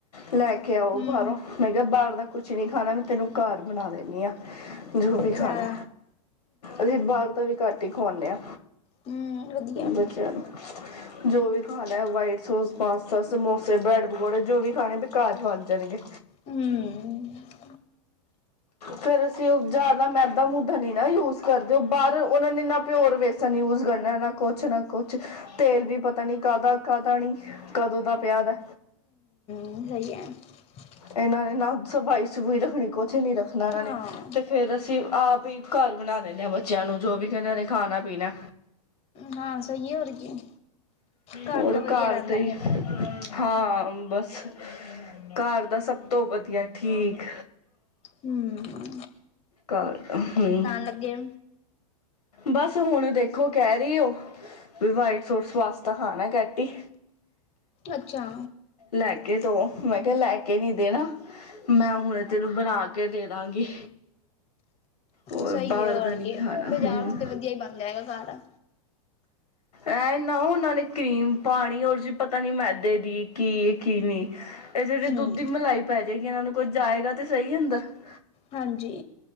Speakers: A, on the left; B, on the left.
A: ਲੈ ਕੇ ਆਓ
B: ਹੂੰ,
A: ਬਾਹਰੋਂ, ਮੈਂ ਕਿਹਾ ਬਾਹਰ ਦਾ ਕੁਛ ਨੀ ਖਾਣਾ, ਮੈਂ ਤੈਨੂੰ ਘਰ ਬਣਾ ਦਿੰਦੀ ਆਾਂ। ਜੋ ਵੀ
B: ਅੱਛਾ।
A: ਖਾਣਾ, ਅਸੀਂ ਬਾਹਰ ਦਾ ਵੀ ਘੱਟ ਦੇਖਵਾਉਣੇ ਆ।
B: ਹਮ ਵਧੀਆ।
A: ਬੱਚਿਆਂ ਨੂੰ ਜੋ ਵੀ ਖਾਣਾ ਵਾਈਟ ਸੌਸ, ਪਾਸਤਾ, ਸਮੋਸੇ, ਬਰੈਡ ਪਕੌੜੇ, ਜੋ ਵੀ ਖਾਣੇ ਵੀ ਘਰ ਬਣ ਜਾਣਗੇ।
B: ਹਮ
A: ਫੇਰ ਅਸੀਂ ਉਹ ਜ਼ਿਆਦਾ ਮੈਦਾ ਮੂਦਾ ਨਾ ਯੂਜ ਕਰਦੇਓ, ਬਾਹਰ ਉਹਨਾ ਨੇ ਨਾ ਪਿਓਰ ਵੇਸਨ ਯੂਜ ਕਰਨਾ, ਨਾ ਕੁਛ ਨਾ ਕੁਛ ਤੇਲ ਵੀ ਪਤਾ ਨੀ ਕਾਹਦਾ ਕਾਹਦਾ ਨੀ, ਕਦੋਂ ਦਾ ਪਿਆ ਦਾ
B: ਜ਼ਈ ਐ । <inaudible> <unintelligible>
A: ਇਹਨਾਂ ਨੇ ਨਾ ਸਫਾਈ-ਸਫੂਈ ਰੱਖਣੀ, ਕੁਛ ਨੀ ਰੱਖਣੀ ਨਾਰਾ
B: ਹਾਂ,
A: ਨੇ ਅਤੇ ਫਿਰ ਅਸੀਂ ਆਪਈ ਘਰ ਬਣਾ ਦੇਣੇ ਆਂ ਬੱਚਿਆਂ ਨੂੰ, ਜੋ ਵੀ ਇਹਨਾਂ ਨੇ ਖਾਣਾ ਪੀਣਾ
B: ਹਾਂ, ਸਹੀ ਹੋ ਰਹੀ ਐ, ਘਰ
A: ਹੋਰ
B: ਦਾ ਵਧੀਆ ਰਹਿੰਦਾ।
A: ਦੇ ਹੀ ਹਾਂ, ਬਸ ਘਰ ਦਾ ਸਭ ਤੋਂ ਵਧੀਆ, ਠੀਕ।
B: ਹਮ
A: ਘਰ ਹਮ।
B: ਲੱਗੇ?
A: ਬਸ ਹੁਣ ਦੇਖੋ, ਕਹਿ ਰਹੀ ਹੋ, ਵੀ ਵਾਈਟ ਸੋਸ ਪਾਸਤਾ ਖਾਣਾ ਕੈਤੀ।
B: ਅੱਛਾ।
A: ਲੈ ਕੇ ਦੋ, ਮੈਂ ਕਿਹਾ, ਲੈ ਕੇ ਨੀ ਦੇਣਾ, ਮੈਂ ਹੁਣ ਤੈਨੂੰ ਬਣਾ ਕੇ ਦੇ ਦਾਂਗੀ। ਹੋਰ
B: ਸਹੀ
A: ਬਾਹਰ
B: ਹੈ ਹੋਰ
A: ਦਾ ਨਹੀਂ
B: ਕਿ,
A: ਖਾਣਾ
B: ਬਾਜ਼ਾਰ
A: ਹਮ
B: ਤੋਂ ਤਾਂ ਵਧੀਆ ਹੀ ਬਣਦਾ ਹੈਗਾ ਘਰ।
A: ਐ ਨਾ ਉਹਨਾਂ ਨੇ ਕਰੀਮ ਪਾਣੀ ਰ ਜ ਪਤਾ ਨੀ ਮੈਦੇ ਦੀ ਕੀ, ਕੀ ਨਹੀਂ। ਇਹ ਜਿਹੜੇ
B: ਹੂੰ।
A: ਦੁੱਧ ਦੀ ਮਲਾਈ ਪੈ ਜਾਏ ਜਿ ਇਹਨਾਂ ਨੂੰ ਕੁਝ ਜਾਏਗਾ ਤੇ ਸਹੀ ਅੰਦਰ ।
B: ਹਾਂਜੀ।